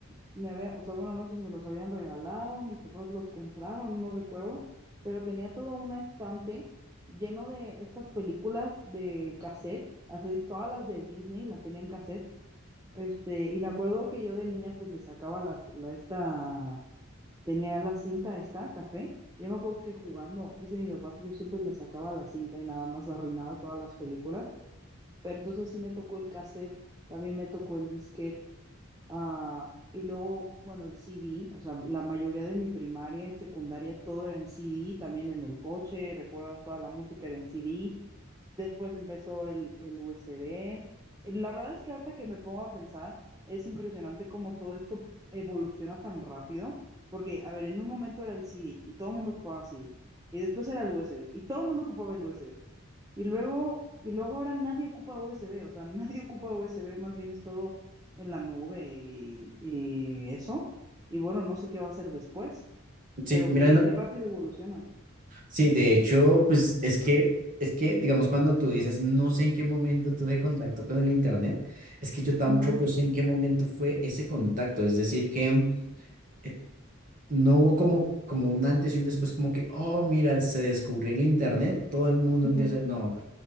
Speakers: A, on the right (about 15°); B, on the right (about 40°).
A: me había, o sea, bueno, no sé si me los habían regalado, mis papás los compraron, no recuerdo, pero tenía todo un estante lleno de estas películas de cassette, así todas las de Disney las tenía en cassette. Este, y me acuerdo que yo de niña pues le sacaba las, la esta, tenía la cinta esta, café. Yo me acuerdo que jugando, dice mi papá que yo siempre le sacaba la cinta y nada más arruinaba todas las películas. Pero entonces sí me tocó el cassette, también me tocó el disquete, Ah, y luego, bueno, el C D o sea, la mayoría de mi primaria y secundaria todo era en C D también en el coche, recuerdas, toda la música era en C D Después empezó el, el U USB. Eh, La verdad es que ahorita que me pongo a pensar, es impresionante cómo todo esto evoluciona tan rápido, porque, a ver, en un momento era el C D y todo el mundo ocupaba C D y después era el U S B y todo el mundo ocupaba el U S B y luego, y luego ahora nadie ocupa USB, o sea, <laughs> nadie ocupa USB, más bien es todo en la nube y, y eso. Y bueno, no sé qué va a hacer después,
B: Sí,
A: pero
B: mira,
A: qué,
B: no,
A: qué rápido evoluciona.
B: sí, de hecho, pues es que, es que, digamos, cuando tú dices, no sé en qué momento tuve contacto con el Internet, es que yo tampoco
A: Ujú,
B: sé en qué momento fue ese contacto, es decir, que eh, no hubo como, como un antes y un después, como que, oh, mira, se descubrió el Internet, todo el mundo
A: ujú,
B: empieza, no.